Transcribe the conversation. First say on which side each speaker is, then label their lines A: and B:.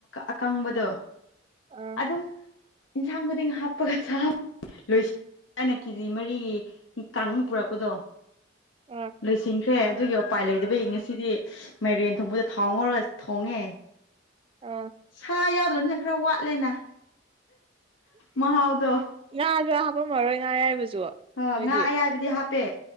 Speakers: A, on the left (about 90°); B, on the right (about 30°).
A: ꯑꯀꯪꯕꯗꯣ
B: ꯑꯥ
A: ꯑꯗꯨꯝ ꯑꯦꯟꯁꯥꯡ ꯈꯨꯗꯤꯡ ꯍꯥꯞꯄꯒ ꯆꯥꯕ ꯂꯣꯏꯁꯤꯟꯅ ꯀꯦꯖꯤ ꯃꯔꯤꯒꯤ ꯀꯪꯉꯥ ꯄꯨꯔꯛꯄꯗꯣ
B: ꯑꯥ
A: ꯂꯣꯏꯁꯤꯟꯈ꯭ꯔꯦ ꯑꯗꯨꯒꯤ ꯎꯄꯥꯏ ꯂꯩꯇꯕꯒꯤ ꯉꯁꯤꯗꯤ ꯃꯥꯏꯔꯦꯟ ꯊꯣꯡꯕꯗ ꯊꯥꯎꯉꯧꯔꯒ ꯊꯣꯡꯉꯦ
B: ꯑꯥ
A: ꯁꯥ ꯌꯥꯎꯗ ꯁꯅ ꯈꯔ ꯋꯥꯠꯂꯦꯅ ꯃꯍꯥꯎꯗꯣ
B: ꯉꯥꯖꯨ ꯍꯥꯞꯄꯝ ꯃꯔꯣꯏ ꯉꯥ ꯑꯌꯥꯏꯕꯁꯨ
A: ꯑ
B: ꯅꯣꯏꯗꯤ
A: ꯉꯥ ꯑꯌꯥꯏꯕꯗꯤ ꯍꯥꯞꯄꯦ